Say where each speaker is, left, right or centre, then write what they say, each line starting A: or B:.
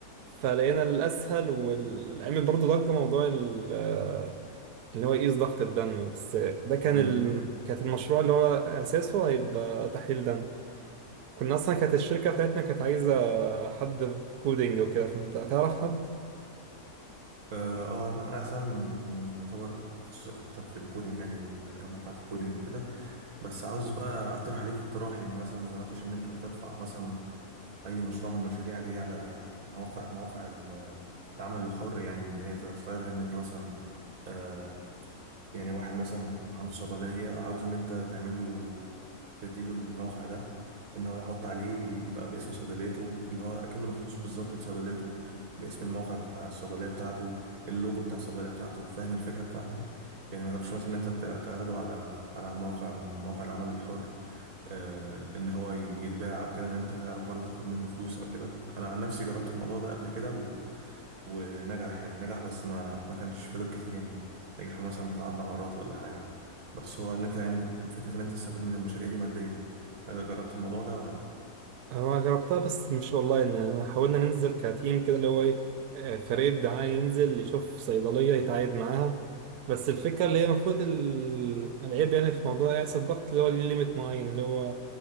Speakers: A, on the right; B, on the right.
A: فلقينا الاسهل والعمل برضه ضجه موضوع ال- آه، اللي هو يقيس ضغط الدم بس ده كان
B: امم
A: ال... كانت المشروع اللي هو اساسه هيبقى تحليل دم كنا اصلا كانت الشركه بتاعتنا كانت عايزه حد في كودينج وكده فانت تعرف حد
B: آه آه، أنا أنا أصلا يعني يعتبر تخصصي أكتر في الكودينج يعني والجامعة بتاعتي كودينج وكده بس عاوز بقى أقترح عليك اقتراح يعني مثلا ما جربتش إن أنت ترفع مثلا اي مشروع من المشاريع دي على مواقع مواقع ال- العمل الحر يعني ان هي تستعرض ان انت مثلا آه يعني واحد مثلا عنده صيدليه عاوز ان انت تعمل له تديله الموقع ده ان هو يحط عليه يبقى باسم صيدليته اللي هو كأنه مخصوص بالظبط لصيدليته باسم الموقع بتاع الصيدليه بتاعته اللوجو بتاع الصيدليه بتاعته فاهم الفكره بتاعتي يعني ما جربش مثلا إن انت تع- تعرضه على على موقع من مواقع العمل الحر آه، ان هو يتباع او كده ان انت تعرف برضه تاخد منه فلوس او كده انا عن نفسي جربت الموضوع ده قبل كده و... ونجح يعني نجح بس ما ما كانش فضل كتير يعني نجح مثلا بتاع اربع مرات ولا حاجه بس هو ان انت يعني فكره ان انت تستفيد من المشاريع دي ماديا انا جربت الموضوع ده ولا لا
A: هو جربتها بس مش اونلاين يعني أنا حاولنا ننزل كتيم كده اللي هو ايه آه، فريق دعاية ينزل يشوف صيدلية يتعايد معاها بس الفكرة اللي هي المفروض ال- العيب يعني في موضوع قياس الضغط اللي هو ليه ليميت معين اللي هو